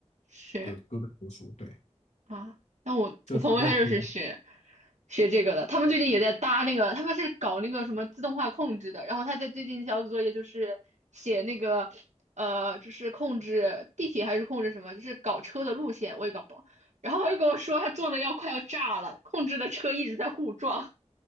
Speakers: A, on the right (about 80°); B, on the left (about 75°).
A: 是。
B: 都都得读书。对，
A: 啊，那我我朋友他就是学
B: 这这有
A: 学这个的，他们最近也在搭那个，他们是搞那个什么自动化控制的，然后他在最近小组作业就是写那个呃，就是控制地铁还是控制什么，就是搞车的路线，我也搞不懂。然后他就跟我说，他做的要快要炸了，控制的车一直在互撞，